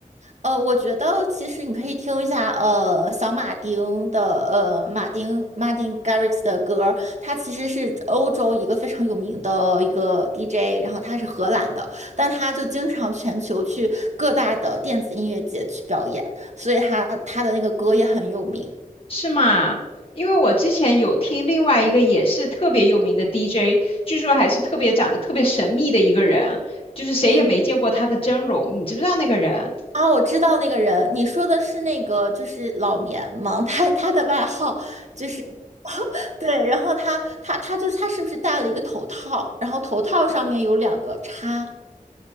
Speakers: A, on the right (about 55°); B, on the left (about 40°).
A: 呃，我觉得其实你可以听一下，呃，小马丁的，呃，马丁 Martin Garrix 的歌，他其实是欧洲一个非常有名的一个 DJ，然后他是荷兰的，但他就经常全球去各大的电子音乐节去表演，所以他他的那个歌也很有名。
B: 是吗？因为我之前有听另外一个也是特别有名的 DJ，据说还是特别长得特别神秘的一个人，就是谁也没见过他的真容，
A: 嗯。
B: 你知不知道那个人？
A: 啊，我知道那个人，你说的是那个就是老棉吗？他他的外号就是 <laughs> 对，然后他他他就是他是不是戴了一个头套？然后头套上面有两个叉，